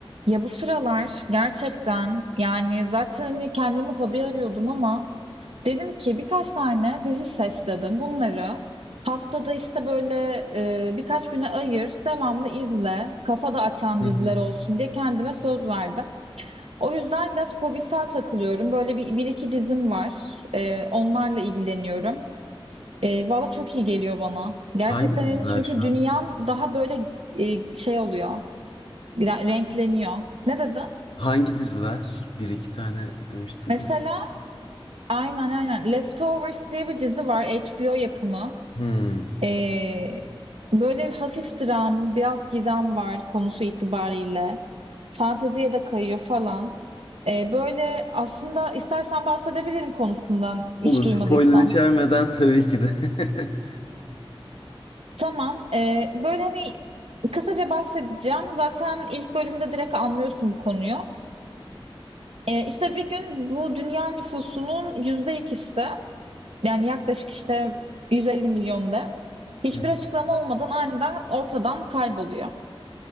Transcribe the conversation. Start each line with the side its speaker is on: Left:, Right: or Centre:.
Right: Ya bu sıralar gerçekten yani zaten hani kendimi hobi arıyordum ama dedim ki birkaç tane dizi seçtim. Bunları haftada işte böyle e, birkaç güne ayır, devamlı izle, kafa da açan
Left: Hı
Right: diziler
Left: hı.
Right: olsun diye kendime söz verdim. O yüzden biraz hobisel takılıyorum. Böyle bir, bir iki dizim var. E, onlarla ilgileniyorum. E, valla çok iyi geliyor bana. Gerçekten
Left: Hangi diziler
Right: yani çünkü
Left: şu an?
Right: dünyam daha böyle e, şey oluyor, re- renkleniyor. Ne dedi?
Left: Hangi diziler? Bir iki tane demiştin
Right: Mesela
Left: ya.
Right: Aynen aynen. Leftovers diye bir dizi var. HBO yapımı.
Left: Hmm.
Right: Ee, böyle hafif dram, biraz gizem var konusu itibariyle. Fanteziye de kayıyor falan. Ee, böyle aslında istersen bahsedebilirim konusundan hiç
Left: Olur.
Right: duymadıysan.
Left: Spoiler içermeden tabii ki de. <laughs>
Right: Tamam. ee, böyle hani kısaca bahsedeceğim. Zaten ilk bölümde direkt anlıyorsun bu konuyu. Ee, işte bir gün bu dünya nüfusunun yüzde ikisi Yani yaklaşık işte 150 milyon de hiçbir
Left: Hı.
Right: açıklama olmadan aniden ortadan kayboluyor.